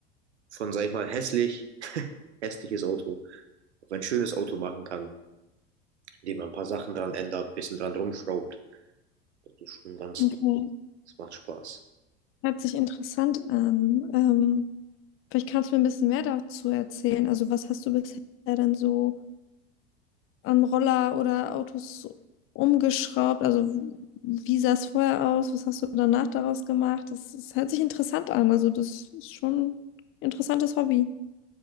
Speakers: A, on the right; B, on the left.
A: von, sag ich mal, hässlich, hässliches Auto auf ein schönes Auto machen kann, indem man ein paar Sachen dran ändert, ein bisschen dran rumschraubt. Das ist schon ganz,
B: Okay.
A: das macht Spaß.
B: Hört sich interessant an. Ähm, vielleicht kannst du mir ein bisschen mehr dazu erzählen. Also, was hast du bisher denn so an Roller oder Autos umgeschraubt? Also, wie sah es vorher aus? Was hast du danach daraus gemacht? Das, das hört sich interessant an. Also, das ist schon ein interessantes Hobby.